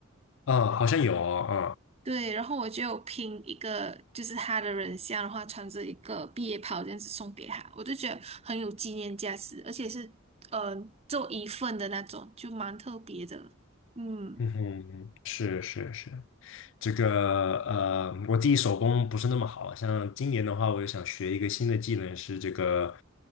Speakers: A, on the left; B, on the right.
A: <laughs> 啊、好像有哦啊、
B: 对，然后我就有拼一个，就是他的人像的话，穿着一个毕业袍这样子送给他，我就觉得很有纪念价值，而且是呃做一份的那种，就蛮特别的。嗯，
A: 嗯哼，是是是，这个呃，我自己手工不是那么好，像今年的话，我也想学一个新的技能，是这个